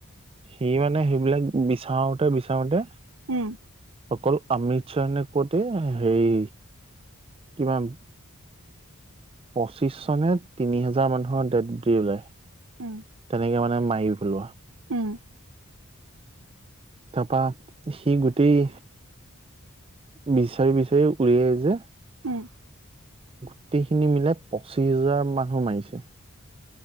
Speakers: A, on the right (about 25°); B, on the right (about 65°).
A: সি মানে সেইবিলাক বিচাৰোতে বিচাৰোতে।
B: উম,
A: অকল অমিত শৰ নে কতে হেৰি। কিমান পঁচিশ চনে তিনি হোজাৰ মানুহৰ ডেট বদি ওলায়।
B: উম,
A: তেনেকে মানে মাৰি পেলোৱা।
B: উম,
A: তাৰপা সি গোটেই, বিচাৰি বিচাৰি উলিয়াই আহ যে,
B: উম,
A: গোটেইখিনি মিলাই পঁচিশ হাজাৰ মানুহ মাৰিছে।